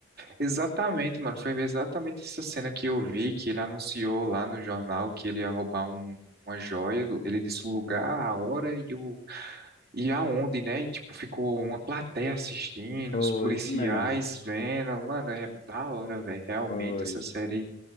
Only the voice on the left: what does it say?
Foi
isso mesmo.
Foi.